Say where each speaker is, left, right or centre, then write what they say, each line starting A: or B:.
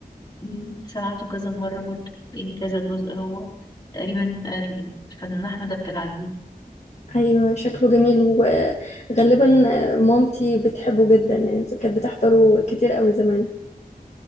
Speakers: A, on the left; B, on the left.
A: مم، سمعته كذا مرة برضه لأن كذا جزء هو تقريبا آه، الفنان أحمد عبد العزيز
B: ايوه شكله جميل وغالبا مامتي بتحبه جدا يعني كانت بتحضره كتير قوي زمان